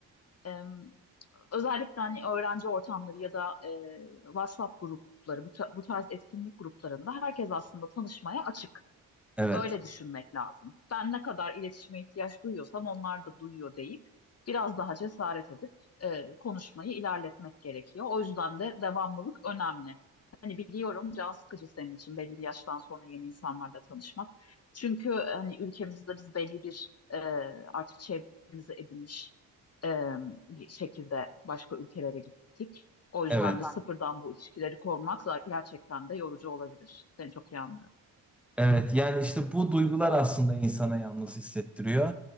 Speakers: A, on the left (about 30°); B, in the centre.
A: E, özellikle hani öğrenci ortamları ya da e, WhatsApp grupları, bu, ta- bu tarz etkinlik gruplarında herkes aslında tanışmaya açık.
B: evet,
A: Öyle düşünmek lazım. Ben ne kadar iletişime ihtiyaç duyuyorsam onlar da duyuyor deyip biraz daha cesaret edip e, konuşmayı ilerletmek gerekiyor. O yüzden de devamlılık önemli. Hani biliyorum can sıkıcı senin için belli bir yaştan sonra yeni insanlarla tanışmak. Çünkü hani ülkemizde biz belli bir e, artık çevremizi edinmiş e, bir şekilde başka ülkelere gittik. O yüzden
B: evet.
A: de sıfırdan bu ilişkileri kurmak gerçekten de yorucu olabilir. Seni çok iyi anlıyorum.
B: Evet, yani işte bu duygular aslında insana yalnız hissettiriyor.